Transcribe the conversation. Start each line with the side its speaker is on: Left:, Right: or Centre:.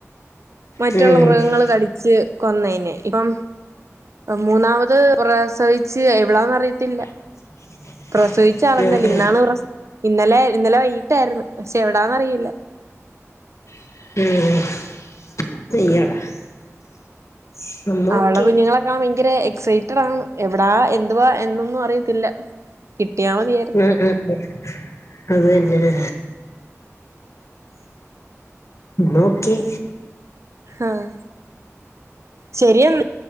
Right: മറ്റൊള്ള
Left: ആഹ് ആഹ്
Right: മൃഗങ്ങള്
Left: ഉം
Right: കടി ച്ച് കൊന്നതിനെ ഇപ്പം മൂന്നാമ ത് പ്രസവിച്ച് എവിടാന്ന് അറിയത്തില്ല
Left: <inaudible>
Right: പ്രസവിച്ച ആളന്നേല്ലി
Left: ഉം
Right: ഇന്നാണ് പ്രസ് ഇന്നലെ ഇന്നലെ വൈകിട്ടാരുന്ന് പക്ഷെ എവിടാന്ന് അറിയില്ല
Left: ഉം ഉം അയ്യോടാ എന്നാ
Right: അവളെ
Left: ഓക്കെ
Right: കുഞ്ഞുങ്ങളെ കാണാൻ ഭയങ്കര എക്സൈറ്റഡ് ആണ് എവിടാ എന്തുവാ എന്നൊന്നും അറിയത്തില്ല കിട്ടിയാ മതിയായിരുന്നു
Left: ഉം ഉം അത് തന്നെ ലെ എന്നാ ഓക്കെ
Right: ആഹ് ശരിയെന്നാ